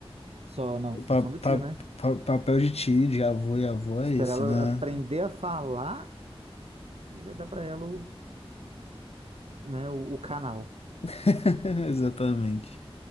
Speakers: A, on the right (about 85°); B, on the left (about 80°).
A: Só, não,
B: O
A: função
B: pa-
A: do tio,
B: pa-
A: né?
B: pa- papel de tio, de avô e avó é
A: Esperar
B: esse,
A: ela
B: né?
A: aprender a falar e já dá para ela o, né, o, o canal.
B: <laughs> Exatamente.